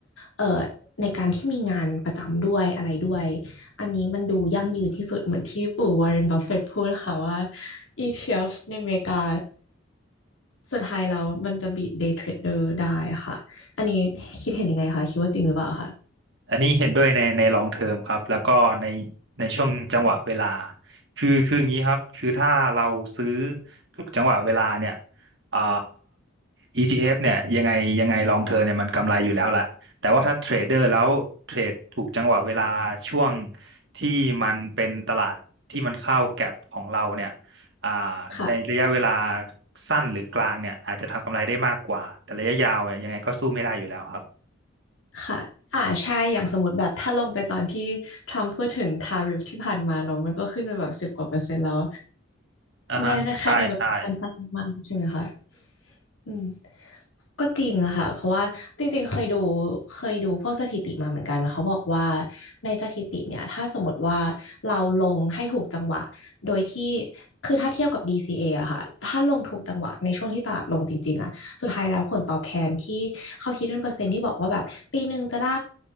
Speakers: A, on the left; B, on the right.
A: เอ่อในการที่มีงานประจำด้วยอะไรด้วยอันนี้มันดูยั่งยืนที่สุดเหมือนที่ปู่วอร์เรนบัฟเฟตต์พูดค่ะว่า ETF ในอเมริกาสุดท้ายแล้วมันจะบีทเดย์เทรดเดอร์ได้ค่ะ อันนี้คิดเห็นยังไงคะคิดว่าจริงหรือเปล่าคะ
B: อันนี้เห็นด้วยในในลองเทอมครับแล้วก็ในในช่วงจังหวะเวลาคือคืออย่างนี้ครับคือถ้าเราซื้อทุกจังหวะเวลาเนี่ยอ่า ETF เอฟเนี่ยยังไงยังไงลองเทอมเนี่ยมันกำไรอยู่แล้วแหละแต่ว่าถ้าเทรดเดอร์แล้วเทรดถูกจังหวะเวลาช่วงที่มันเป็นตลาดที่มันเข้าแก็ปของเราเนี่ยอ่า
A: ค่ะ
B: ในระยะเวลาสั้นหรือกลางเนี่ยอาจจะทำกำไรได้มากกว่าแต่ระยะยาวเนี่ยยังไงก็สู้ไม่ได้อยู่แล้วครับ
A: ค่ะอ่าใช่อย่างสมมติแบบถ้าลงไปตอนที่ทรัมป์พูดถึงทาริฟที่ผ่านมาเนาะมันก็ขึ้นไปแบบสิบกว่าเปอร์เซ็นต์แล้ว
B: อ่าฮะใช่ใช่
A: แน่แค่ในเวลาสั้นๆมากใช่ไหมคะ อืมก็จริงอะค่ะเพราะว่าจริงๆเคยดูเคยดูพวกสถิติมาเหมือนกันเขาบอกว่าในสถิติเนี่ยถ้าสมมติว่าเราลงให้ถูกจังหวะโดยที่คือถ้าเทียบกับ b c a ออะค่ะถ้าลงถูกจังหวะในช่วงที่ตลาดลงจริงๆอะสุดท้ายแล้วผลตอบแทนที่เขาคิดเป็นเปอร์เซ็นต์ที่บอกว่าแบบปีหนึ่งจะได้